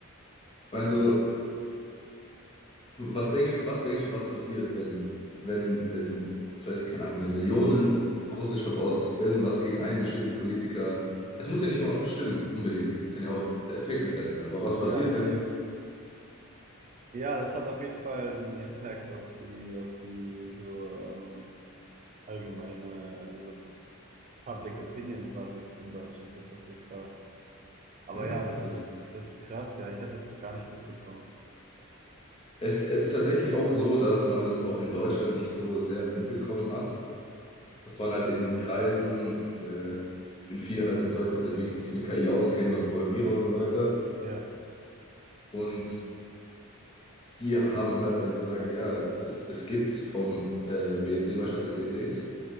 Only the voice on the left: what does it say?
ich meine,
so, was denkst du, was denkst du, was passiert, wenn, wenn, wenn, vielleicht, keine Ahnung, eine Million russischer Bots irgendwas gegen einen bestimmten Politiker. Es muss ja nicht mal stimmen, unbedingt. Kann ja auch äh, Fake News sein. ja. Aber was
passiert,
wenn,
ja,
es ist,
es, es ist tatsächlich auch so, dass man das auch in Deutschland nicht so sehr mitbekommen hat. Das waren halt in den Kreisen, äh, ich bin viel halt mit Leuten unterwegs, die sich mit KI auskennen und Programmierer und so weiter.
Und die haben halt dann gesagt, ja, das, es gibt vom äh, BND, weißt du, was der BND ist?